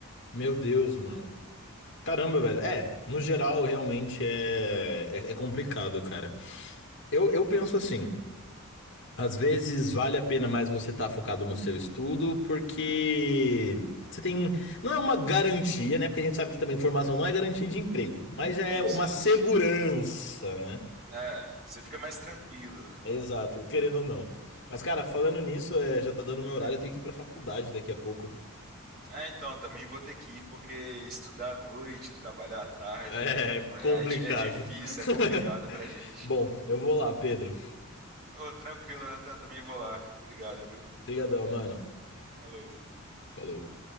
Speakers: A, on the left (about 60°); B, on the right (about 40°).
A: Meu Deus, mano. Caramba, velho. É, no geral, realmente é, é é complicado, cara. Eu, eu penso assim. Às vezes vale a pena mais você estar focado no seu estudo, porque você tem. Não é uma garantia, né? Porque a gente sabe que também formação não é garantia de emprego, mas é
B: Isso,
A: uma
B: isso.
A: segurança, né?
B: É, você fica mais tranquilo.
A: Exato, querendo ou não. Mas, cara, falando nisso, é, já tá dando meu horário, eu tenho que ir pra faculdade daqui a pouco.
B: Ah, então, também vou ter que ir, porque estudar à noite, trabalhar à tarde,
A: É
B: de manhã
A: complicado.
B: é, di- é difícil, é complicado
A: <laughs>
B: pra gente.
A: Bom, eu vou lá, Pedro.
B: Ô, tranquilo, Nathan, também vou lá. Obrigado, viu?
A: Obrigadão, mano.
B: Falou.
A: Falou.